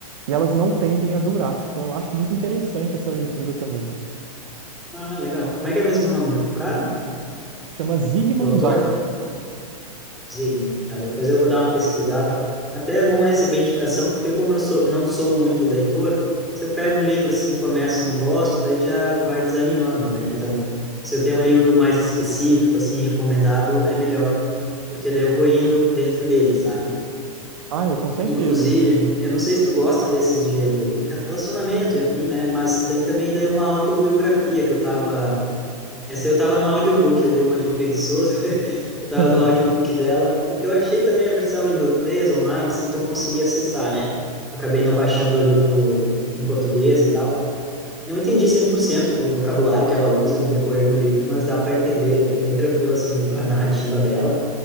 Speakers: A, on the right (about 55°); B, in the centre.
A: e elas não tendem a durar. Então, eu acho muito interessante essa leitura também.
B: Ah, legal. Como é que é mesmo o nome do cara?
A: Chama Zygmunt
B: Do autor?
A: Bauman.
B: Zigo, tá? Depois eu vou dar uma pesquisada. Até é bom receber indicação, porque como eu sou, não sou muito leitor, se eu pego um livro assim, começo e não gosto, daí já vai desanimando, né? Então, se eu tenho um livro mais específico, assim, recomendado, é melhor, porque daí eu vou indo dentro dele, sabe?
A: Ah, é, com certeza.
B: Inclusive, eu não sei se tu gosta desses de relacionamento e afim, né? Mas tem também daí uma autobiografia que eu tava essa eu tava no audiobook, eu dei uma de preguiçoso. <laughs> Eu tava
A: <laughs>
B: no audiobook dela, porque eu achei também a versão em inglês online, assim, então eu consegui acessar, né? Acabei não baixando o livro em português e tal. Não entendi 100% do vocabulário que ela usa no decorrer do livro, mas dá para entender bem tranquilo, assim, a
A: Sim.
B: narrativa dela,